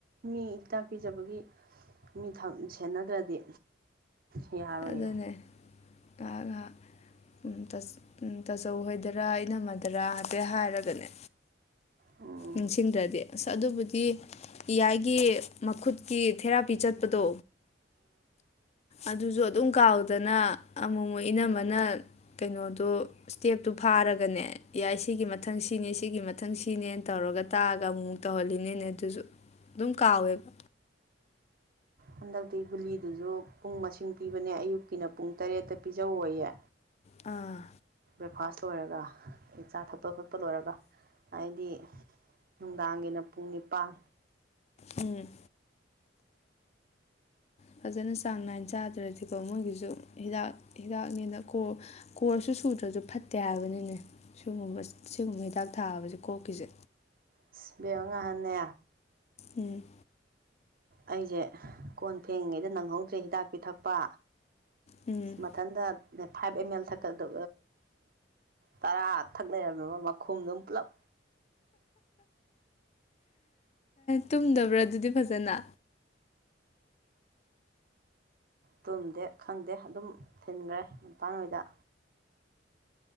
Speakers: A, on the right; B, on the left.
A: ꯃꯤ ꯍꯤꯗꯥꯛ ꯄꯤꯖꯕꯒꯤ ꯃꯤ ꯊꯝ ꯁꯦꯟꯅꯗ꯭ꯔꯗꯤ ꯌꯥꯔꯣꯏꯌꯦ
B: ꯑꯗꯨꯅꯦ ꯉꯍꯥꯛ ꯉꯍꯥꯛ ꯎꯝ ꯇꯥꯁ ꯎꯝ ꯇꯥꯆꯧ ꯍꯣꯏꯗꯔꯥ ꯏꯅꯝꯃꯗꯔꯥ ꯍꯥꯏꯐꯦꯠ ꯍꯥꯏꯔꯒꯅꯦ
A: ꯎꯝ
B: ꯅꯤꯡꯁꯤꯡꯗ꯭ꯔꯗꯤ ꯑꯁ ꯑꯗꯨꯕꯨꯗꯤ ꯏꯌꯥꯏꯒꯤ ꯃꯈꯨꯠꯀꯤ ꯊꯦꯔꯥꯄꯤ ꯆꯠꯄꯗꯣ ꯑꯗꯨꯁꯨ ꯑꯗꯨꯝ ꯀꯥꯎꯗꯅ ꯑꯃꯨꯛꯃꯨꯛ ꯏꯅꯝꯃꯅ ꯀꯩꯅꯣꯗꯣ ꯏꯁꯇꯦꯞꯇꯨ ꯐꯥꯔꯒꯅꯦ ꯌꯥꯏ ꯁꯤꯒꯤ ꯃꯊꯪ ꯁꯤꯅꯤ ꯁꯤꯒꯤ ꯃꯊꯪ ꯁꯤꯅꯦꯅ ꯇꯧꯔꯒ ꯇꯥꯛꯑꯒ ꯑꯃꯨꯃꯨꯛ ꯇꯧꯍꯜꯂꯤꯅꯦꯅꯦ ꯑꯗꯨꯁꯨ ꯑꯗꯨꯝ ꯀꯥꯎꯋꯦꯕ
A: ꯍꯟꯗꯛꯇꯤ ꯒꯨꯂꯤꯗꯨꯁꯨ ꯄꯨꯡ ꯃꯁꯤꯡ ꯄꯤꯕꯅꯦ ꯑꯌꯨꯛꯀꯤꯅ ꯄꯨꯡ ꯇꯔꯦꯠꯇ ꯄꯤꯖ ꯑꯣꯏꯌꯦ
B: ꯑꯥ
A: ꯕ꯭ꯔꯦꯛꯐꯥꯁ ꯂꯣꯏꯔꯒ ꯑꯗꯩ ꯆꯥ ꯊꯛꯄ ꯈꯣꯠꯄ ꯂꯣꯏꯔꯒ ꯍꯥꯏꯗꯤ ꯅꯨꯡꯗꯥꯡꯒꯤꯅ ꯄꯨꯡ ꯅꯤꯄꯥꯟ
B: ꯎꯝ ꯐꯖꯅ ꯆꯥꯡ ꯅꯥꯏꯅ ꯆꯥꯗ꯭ꯔꯗꯤꯀꯣ ꯃꯣꯏꯒꯤꯁꯨ ꯍꯤꯗꯥꯛ ꯍꯤꯗꯥꯛꯅꯤꯅꯀꯣ ꯀꯣꯔ꯭ꯁꯁꯨ ꯁꯨꯗ꯭ꯔꯁꯨ ꯐꯠꯇꯦ ꯍꯥꯏꯕꯅꯤꯅꯦ ꯁꯤꯒꯨꯝꯕ ꯁꯤꯒꯨꯝꯕ ꯍꯤꯗꯥꯛ ꯊꯥꯕꯁꯦ ꯀꯣꯛꯀꯤꯁꯦ
A: ꯏꯁ ꯏꯕꯦꯝꯃꯥ ꯉꯍꯥꯟꯅꯦ
B: ꯎꯝ
A: ꯑꯩꯁꯦ ꯀꯣꯟ ꯐꯦꯡꯉꯤꯉꯩꯗ ꯅꯪꯍꯧꯗ꯭ꯔꯦ ꯍꯤꯗꯥꯛ ꯄꯤꯊꯛꯄ
B: ꯎꯝ
A: ꯃꯊꯟꯗ ꯐꯥꯏꯚ ꯑꯦꯝ ꯑꯦꯜ ꯊꯛꯀꯗ ꯇꯔꯥ ꯊꯛ ꯂꯩꯔꯝꯃꯦꯕ ꯃꯈꯨꯝꯗꯨꯝ ꯄꯨꯂꯞ
B: ꯇꯨꯝꯗꯕ꯭ꯔꯥ ꯑꯗꯨꯗꯤ ꯐꯖꯅ
A: ꯇꯨꯝꯗꯦ ꯈꯪꯗꯦ ꯑꯗꯨꯝ ꯊꯤꯟꯒꯔꯦ